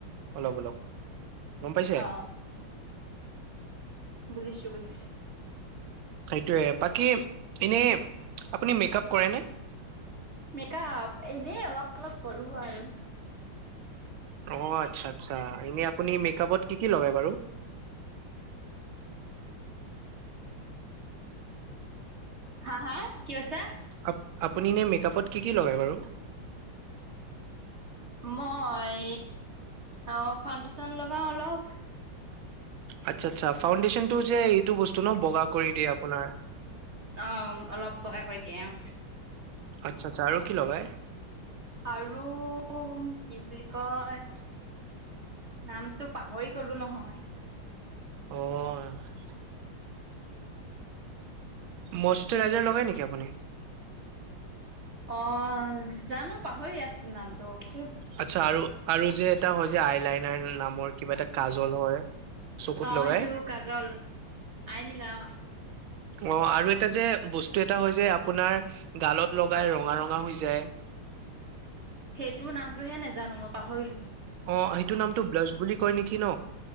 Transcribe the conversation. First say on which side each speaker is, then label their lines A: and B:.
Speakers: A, on the right; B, on the right.
A: অলপ অলপ গম পাইছে
B: অ', বুজিছোঁ বুজিছোঁ
A: সেইটোয়ে বাকী এনে আপুনি মেক আপ কৰে নে
B: মেকআপ এনেই অলপ চলপ কৰো আৰু
A: অ আচ্ছা আচ্ছা এনে আপুনি মেকআপত কি কি লগাই বাৰু
B: হা হা কি কৈছা
A: আপ আপুনি এনে মেকআপত কি কি লগায় বাৰু
B: মই অ ফাউণ্ডেশ্যন লগাওঁ অলপ
A: আচ্ছা আচ্ছা ফাউণ্ডেশচন টো যে এইটো বস্তু ন বগা কৰি দিয়ে আপোনাৰ
B: অঁ অলপ বগা কৰি দিয়ে অ
A: আচ্ছা আচ্ছা আৰু কি লগাই
B: আৰু কি বুলি কয় নামটো পাহৰি গ'লোঁ নহয়
A: অ মষ্টৰাইজাৰ লগাই নেকি আপুনি
B: অ জানো পাহৰি আছো নামটোক
A: আচ্ছা আৰু আৰু যে এটা হয় যে আই লাইনাৰ নামৰ কিবা এটা কাজল হয় চকুত
B: অ',
A: লগাই
B: সেইটো কাজল, আইনিলা অ।
A: অ আৰু এটা যে বস্তু এটা হয় যে, আপোনাৰ গালত লগাই ৰঙা ৰঙা হৈ যায়।
B: সেইটোৰ নামটোহে নেজানো মই পাহৰিলো।
A: অ, সেইটো নামটো ব্লাচ বুলি কয় নেকি ন?